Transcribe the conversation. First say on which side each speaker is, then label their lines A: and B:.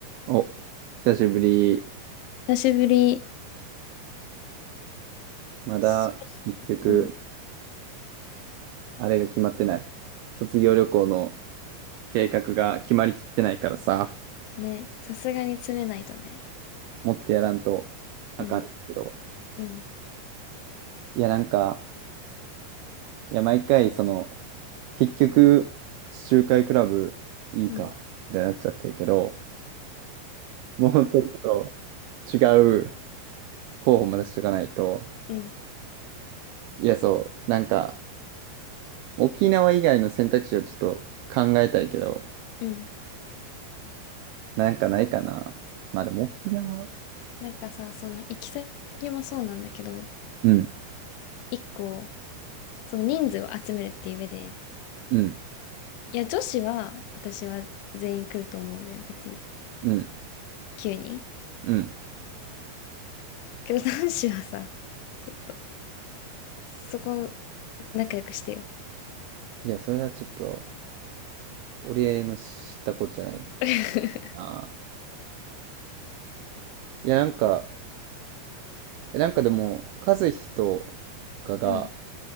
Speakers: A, on the right; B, on the left.
A: お、久しぶり。
B: 久しぶり。
A: まだ、
B: そろそろう
A: 結局、あれが決まってない。卒業旅行の計画が決まりきってないからさ、
B: ん。ね。さすがに詰めないとね。
A: もっとやらんとあかんけど。
B: うん。うん。
A: いや、なんか、いや、毎回、その、結局、地中海クラブいいか、
B: うん。
A: みたいになっちゃってるけど、もうちょっと違う候補も出しとかないと。
B: うん。
A: いや、そう、なんか、沖縄以外の選択肢をちょっと考えたいけど、
B: うん。
A: なんかないかな。まあでも沖縄
B: なんかさ、その行き先もそうなんだけど、
A: うん、
B: 一個、その人数を集めるっていう上で、
A: うん、
B: いや、女子は、私は全員来ると思うのよ、別に。
A: うん、
B: 9人。
A: うん。
B: けど男子はさ、ちょっと、そこ、仲良くしてよ。
A: いや、それはちょっと、俺の知ったことじゃない。
B: <laughs>
A: あーいや、なんか、えなんかでも、和樹とかが、
B: うん。